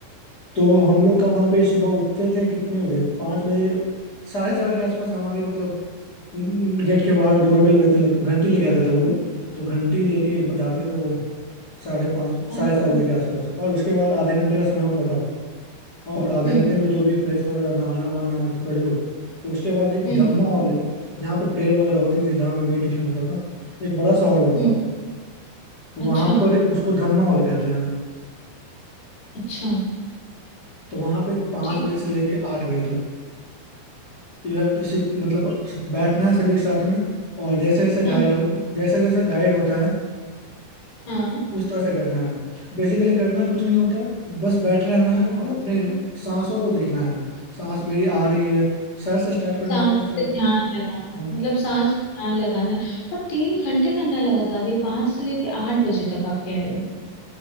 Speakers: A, on the left; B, on the left.
A: तो हम लोग का वहाँ पे सुबह उठते थे कितने बजे पाँच बजे साढ़े चार के आसपास हमारे मतलब गेट के बाहर डोर बेल बजने लग घंटी लेके आते थे वो लोग तो घंटी लेके बजाते थे वो साढ़े पाँच
B: अच्छा
A: साढ़े चार बजे के आसपास और उसके बाद आधे घंटे का समय होता था और आधे
B: हम्म
A: घंटे में जो भी फ्रेश वगैरह नहाना वहाना है तो कर लो फिर उसके बाद एक
B: हम्म
A: धम्मा हॉल है जहाँ पे प्रेयर वगैरह होती थी जहाँ पे मेडिटेशन होता था एक बड़ा सा हॉल होता
B: हम्म
A: था वहाँ
B: अच्छा
A: पर उसको धम्मा हॉल कहते हैं
B: अच्छा
A: तो वहाँ पे पाँच
B: ठीक
A: बजे से लेके आठ बजे तक यू हैव टू सिट मतलब
B: है
A: बैठना है सभी के साथ में और जैसे जैसे गाइड
B: हाँ
A: जैसे जैसे गाइड होता है
B: हाँ
A: उस तरह से करना है बेसिकली करना कुछ नहीं होता है बस बैठे रहना है और अपने सांसों को देखना है सांस मेरी आ रही है सर से स्टार्ट करना
B: सांस
A: होता है सर
B: पे ध्यान
A: के
B: लगाना है
A: हाँ
B: मतलब सांस पे ध्यान लगाना है और तीन घंटे करना है लगातार ये पाँच से लेके आठ बजे तक आप कह रहे हो